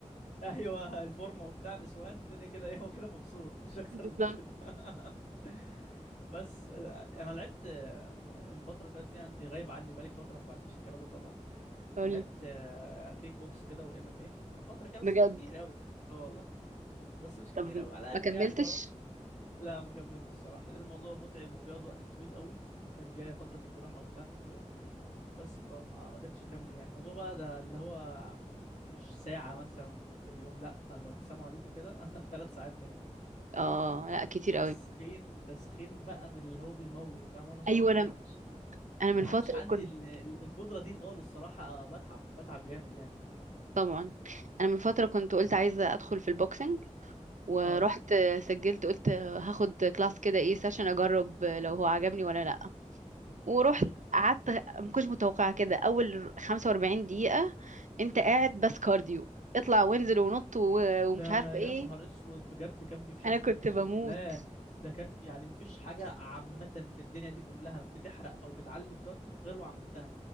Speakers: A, on the left; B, on the right.
A: <laughs> ايوه الفورمه وبتاع نسوان الدنيا كده ايه هو كده مبسوط مش اكتر
B: <laughs> بالظبط
A: من كده <laughs> بس آه، انا لعبت آه، الفتره اللي فاتت دي يعني انت غايب عني بقالك فتره ما تعرفيش الكلام ده طبعا
B: قولي
A: لعبت آه، كيك بوكس كده وام ام ايه فتره كده
B: بجد
A: بس مش كتير قوي اه والله بس مش كتير
B: طب
A: قوي على قد
B: ما كملتش
A: يعني فاهم لا ما كملتش صراحه لان الموضوع متعب وبيقعد وقت طويل قوي كان جايه فتره الجراحه وبتاع في الكليه بس فما ما قدرتش اكمل يعني الموضوع بقى ده اللي هو مش ساعه مثلا في اليوم لا ده انت سامع عليكم كده <laughs> ثلاث ساعات مينيموم
B: اه لا كتير
A: تسخين
B: قوي
A: تسخين بقى من اللي هو بيموت فاهم وانا صراحه
B: ايوه انا
A: ما عادش
B: انا من
A: ما
B: فترة
A: عادش عندي
B: كنت
A: ال... ال- القدره دي خالص صراحه بتعب بتعب جامد يعني
B: طبعا انا من فترة كنت قلت عايزة ادخل في البوكسنج ورحت
A: اه
B: سجلت قلت هاخد كلاس كده ايه سيشن اجرب لو هو عجبني ولا لا ورحت
A: امم.
B: قعدت ما كنتش متوقعة كده اول 45 دقيقة انت قاعد بس كارديو اطلع وانزل ونط و- ومش
A: ده
B: عارفة
A: يا
B: ايه
A: نهار اسود بجد كان بيفشخني
B: انا كنت
A: اقسم
B: بموت
A: بالله ده كان يعني مفيش حاجه عامه في الدنيا دي كلها بتحرق او بتعلي الكارديو غير وعملتها